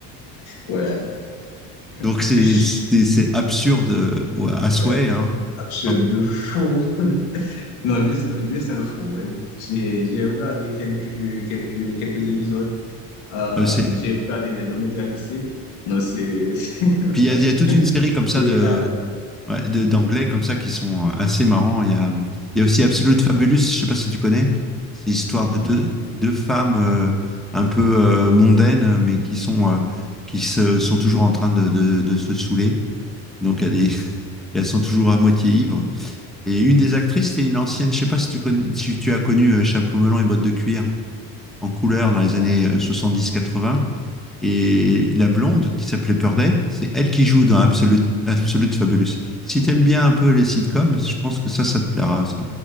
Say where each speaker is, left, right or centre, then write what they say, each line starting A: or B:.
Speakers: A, on the left; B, in the centre.
A: Ouais,
B: Donc
A: <laughs>
B: c'est c'est c'est absurde euh, au- à souhait,
A: Ouais,
B: hein.
A: absurde
B: Quand-
A: de fou. <laughs> Non, lui, c'est un lui, c'est un fou. ouais. J'ai j'ai regardé quelques, quelques, quelques épisodes. Euh,
B: euh, c'est-
A: j'ai regardé les longs métrages aussi. Non, c'est... <laughs>
B: Puis il y, a il y a toute une série comme
A: C'est
B: ça de
A: là, hein.
B: Ouais, de- d'anglais comme ça qui sont euh, assez marrants. Il y a, il y a aussi Absolute Fabulous, je sais pas si tu connais. C'est l'histoire
A: Non,
B: de deux,
A: on
B: deux
A: n'est
B: femmes euh,
A: pas d'accord.
B: un peu euh, mondaines, mais qui sont, euh, qui se, sont toujours en train de, de, de se saouler. Donc elles, est- <laughs> elles sont toujours à moitié ivres. Et une des actrices, c'était une ancienne, je sais pas si tu connais, si tu as connu euh, Chapeau melon et bottes de cuir en couleur dans les
A: Comment?
B: années euh, soixante-dix quatre-vingts et la blonde qui s'appelait Purday, c'est elle qui joue dans Absolute, Absolute Fabulous. Si t'aimes bien un peu les sitcoms, je pense que ça, ça te plaira, ça.